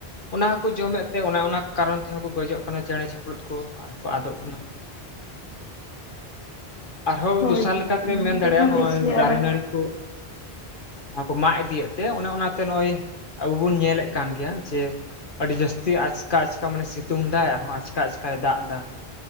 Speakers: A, on the left (about 55°); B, on the left (about 35°).
A: ᱚᱱᱟ ᱦᱚᱸᱠᱚ ᱡᱚᱢᱮᱜ ᱛᱮ ᱚᱱᱟ ᱚᱱᱟ ᱠᱟᱨᱚᱱ ᱛᱮᱦᱚᱸ ᱠᱚ ᱜᱚᱡᱚᱜ ᱠᱟᱱᱟ ᱪᱮᱬᱮ ᱪᱤᱯᱨᱩᱫ ᱠᱚ ᱟᱨ ᱦᱚᱸ ᱠᱚ ᱟᱫᱚᱜ ᱠᱟᱱᱟ᱾ ᱟᱨ ᱦᱚᱸ
B: ᱦᱳᱭ
A: ᱫᱚᱥᱟᱨ ᱞᱮᱠᱟ
B: ᱚᱱᱟ
A: ᱛᱮᱢ ᱢᱮᱱ
B: ᱠᱷᱟᱹᱛᱤᱨ
A: ᱫᱟᱲᱮᱜ-ᱟ
B: ᱦᱚᱸ
A: ᱱᱚᱜ-ᱚᱭ
B: ᱵᱮᱥᱤ
A: ᱫᱟᱨᱮ
B: ᱟᱨᱚ
A: ᱱᱟᱹᱲᱤ ᱠᱚ᱾ ᱚᱱᱟ ᱠᱚ ᱢᱟᱜ ᱤᱫᱤᱭᱮᱜ ᱛᱮ ᱚᱱᱮ ᱚᱱᱟ ᱛᱮ ᱱᱚᱜ-ᱚᱭ ᱟᱵᱩ ᱵᱩᱱ ᱧᱮᱞᱮᱜ ᱠᱟᱱ ᱜᱮᱭᱟ ᱡᱮ ᱟᱹᱰᱤ ᱡᱟᱹᱥᱛᱤ ᱟᱪᱠᱟ ᱟᱪᱠᱟ ᱢᱟᱱᱮ ᱥᱤᱛᱩᱝ ᱫᱟᱭ ᱟᱨᱦᱚᱸ ᱟᱪᱠᱟ ᱟᱪᱠᱟᱭ ᱫᱟᱜ ᱮᱫᱟ᱾